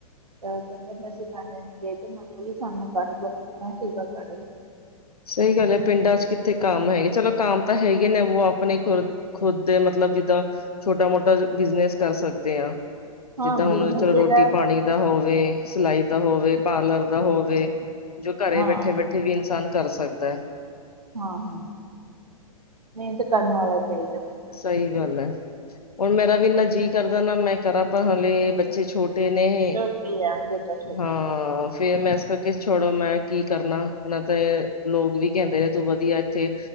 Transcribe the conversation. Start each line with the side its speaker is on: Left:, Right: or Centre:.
Right: ਤੇ ਓ ਕੈਂਦੇ ਮੈਂ ਦੁਕਾਨੇ ਨੀ ਗਈ ਤੇ ਮਟਰ ਵੀ ਸਾਨੂੰ ਕੱਢ ਦੋ, ਮੈਂ ਠੀਕ ਆ ਕੱਢ ਦਿੰਨੇ।
Left: ਸਈ ਗੱਲ ਐ, ਪਿੰਡਾਂ 'ਚ ਕਿੱਥੇ ਕਾਮ ਹੈਗੇ, ਚਲੋ ਕਾਮ ਤਾਂ ਹੈਗੇ ਨੇ ਵੋ ਆਪਣੇ ਖੁਰ ਖੁਦ ਦੇ ਮਤਲਬ ਜਿੱਦਾਂ ਛੋਟਾ-ਮੋਟਾ ਬਿਜਨਸ ਕਰ ਸਕਦੇ ਆਂ।
Right: ਹਾਂ
Left: ਜਿੱਦਾਂ
Right: ਬਿਜ਼ਨਸ
Left: ਹੁਣ ਚੱਲੋ
Right: ਜਿਹੜਾ
Left: ਰੋਟੀ ਪਾਣੀ। ਦਾ ਹੋਵੇ, ਸਿਲਾਈ ਦਾ ਹੋਵੇ, ਪਾਰਲਰ ਦਾ ਹੋਵੇ, ਜੋ ਘਰੇ
Right: ਹਾਂ
Left: ਬੈਠੇ-ਬੈਠੇ ਵੀ ਇਨਸਾਨ ਕਰ ਸਕਦਾ ਐਵ
Right: ਹਾਂ-ਹਾਂ ਮੇਨਤ ਕਰਨ ਵਾਲਾ ਚਾਈਦਾ ਬਸ।
Left: ਸਈ ਗੱਲ ਐ, ਹੁਣ ਮੇਰਾ ਵੀ ਇੰਨਾ ਜੀਅ ਕਰਦਾ ਨਾ ਮੈਂ ਕਰਾਂ, ਪਰ ਹਾਲੇ ਬੱਚੇ ਛੋਟੇ ਦੇ ਨੇ
Right: ਛੋਟੀ ਆ ਬੇਟਾ ਛੋਟਾ
Left: ਹਾਂ
Right: ਸਾਡਾ
Left: ਫਿਰ ਮੈਂ ਇਸ ਕਰ ਕਿਸ ਛੋੜੋ ਮੈਂ ਕੀ ਕਰਨਾ ਹੁਣ ਤੇ ਲੋਕ ਵੀ ਕੈਂਦੇ ਨੇ ਤੂੰ ਵਧੀਆ ਏਥੇ